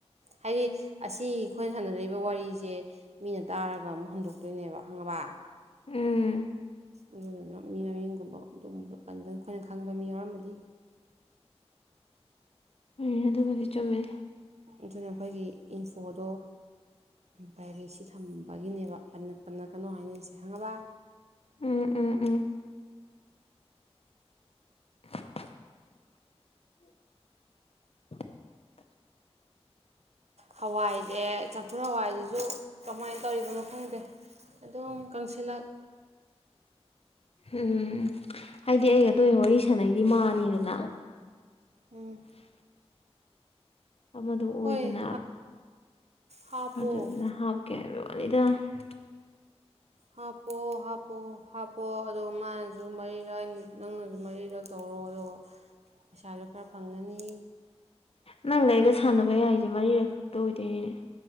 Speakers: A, on the right (about 75°); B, on the left (about 60°).
A: ꯍꯥꯏꯗꯤ ꯑꯁꯤ ꯑꯩꯈꯣꯏꯅ ꯁꯥꯟꯅꯔꯤꯕ ꯋꯥꯔꯤꯁꯦ ꯃꯤꯅ ꯇꯥꯔꯒ ꯑꯃꯨꯛ ꯍꯟꯗꯣꯛ ꯇꯣꯏꯅꯦꯕ ꯈꯪꯉꯥꯕ
B: ꯎꯝ
A: ꯑꯗꯨꯗꯨꯅ ꯃꯤ ꯃꯃꯤꯡꯒꯨꯝꯕ ꯑꯗꯨꯒꯨꯝꯕ ꯄꯟꯒ ꯑꯩꯈꯣꯏꯅ ꯈꯪꯕ ꯃꯤ ꯌꯥꯎꯔꯝꯃꯗꯤ
B: ꯍꯣꯏ ꯑꯗꯨ ꯕꯨꯗꯤ ꯆꯨꯝꯃꯦ
A: ꯑꯗꯨꯅ ꯑꯩꯈꯣꯏꯒꯤ ꯏꯟꯐꯣꯗꯣ ꯄ꯭ꯔꯥꯏꯚꯦꯁꯤ ꯊꯝꯕꯒꯤ ꯅꯦꯕ ꯄꯟꯅ ꯔꯛꯀꯅꯣ ꯍꯥꯏꯅꯔꯤꯁꯦ ꯈꯪꯉꯕ
B: ꯎꯝ ꯎꯝ ꯎꯝ <inaudible>
A: ꯍꯋꯥꯏꯁꯦ ꯆꯝꯐꯨꯠ ꯍꯋꯥꯏꯁꯤꯁꯨ ꯀꯃꯥꯏꯅ ꯇꯧꯔꯤꯕꯅꯣ ꯈꯪꯗꯦ ꯑꯗꯨꯝ ꯀꯪꯁꯤꯜꯂꯛ
B: ꯎꯝ ꯍꯥꯏꯗꯤ ꯑꯩꯒ ꯇꯣꯏꯅ ꯋꯥꯔꯤ ꯁꯥꯟꯅꯩꯗꯤ ꯃꯥꯅꯤꯗꯅ
A: ꯎꯝ
B: ꯑꯃꯗꯨ ꯑꯣꯏꯗꯅ
A: ꯍꯣꯏ ꯍꯥꯞꯄꯣ
B: ꯑꯗꯨꯗꯨꯅ ꯍꯥꯞꯀꯦ ꯍꯥꯏꯕ <unintelligible>
A: ꯍꯥꯞꯄꯣ ꯍꯥꯞꯄꯣ ꯍꯥꯞꯄꯣ ꯑꯗꯨꯒ ꯃꯥꯅꯁꯨ ꯃꯔꯤꯔꯛ ꯑꯩꯅ ꯅꯪꯅꯁꯨ ꯃꯔꯤꯔꯛ ꯇꯧꯔꯣ ꯑꯗꯨꯒ ꯄꯩꯁꯥꯁꯨ ꯈꯔ ꯐꯪꯉꯅꯤ
B: ꯅꯪꯒ ꯑꯩꯒ ꯁꯥꯟꯅꯕ ꯌꯥꯏꯁꯦ ꯃꯔꯤꯔꯛ ꯈꯛꯇ ꯑꯣꯏꯗꯣꯏꯅꯤꯅꯦ